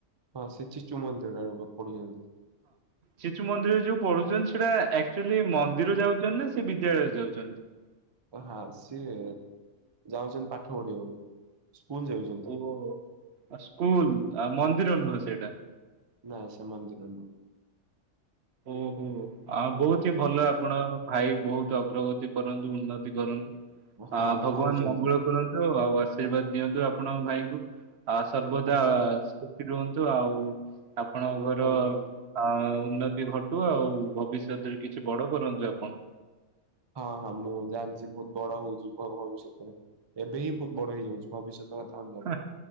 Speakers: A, on the right (about 35°); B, on the right (about 60°).
A: ହଁ ସେ ଚିଚୁ ମନ୍ଦିରରେ, ର ପଡୁଛନ୍ତି।
B: ଶିଶୁ ମନ୍ଦିରରେ ଯୋଉ ପଢୁଛନ୍ତି, ସେଟା ଆକ୍ଚୁଆଲି ମନ୍ଦିର ଯାଉଛନ୍ତି ନା ସେ ବିଦ୍ୟାଳୟରେ ଯାଉଛନ୍ତି।
A: ଓ ହ, ସିଏ ଯାଉଛନ୍ତି ପାଠ ପଢିବାକୁ। ସ୍କୁଲ ଯାଉଛନ୍ତି
B: ଓ ହୋ, ହୋ। ଆ ସ୍କୁଲ୍ ଆଉ ମନ୍ଦିର ଅନୁ ସେଇଟା?
A: ନାଁ ସିଏ ମନ୍ଦିର ନୁହ।
B: ଓହୋ। ଆ ବହୁତ ହିଁ ଭଲ ଆପଣ। ଭାଇ ବହୁତ ଅଗ୍ରଗତି କରନ୍ତୁ, ଉନ୍ନତି କରନ୍ତୁ।
A: ହଁ
B: ଆ ଭଗବାନ
A: କରୁଛନ୍ତି
B: ମଙ୍ଗଳ କରନ୍ତୁ, ଆଉ ଆଶୀର୍ବାଦ ଦିଅନ୍ତୁ, ଆପଣଙ୍କ ଭାଇଙ୍କୁ। ଆ ସର୍ବଦା
A: ହେଲା
B: ଖୁସି ରୁହନ୍ତୁ, ଆଉ ଆପଣଙ୍କର
A: ଆଜ୍ଞା।
B: ଆ-ଉନ୍ନ ତି, ଘଟୁ ଆଉ ଭବିଷ୍ୟତରେ କିଛି ବଡ କରନ୍ତୁ ଆପଣ।
A: ହଁ ହଁ। ମୁଁ ଜାଣିଛି ବହୁତ ବଡ ହଉଛି ଭଲ ହେଉଛି ଏଇଥର । ଏବେ ହିଁ ବହୁତ ବଡ ହେଇଯାଉଛି। ଭବିଷ୍ୟତ କଥା ଆମେ ଜାଣିନୁ।
B: ହା,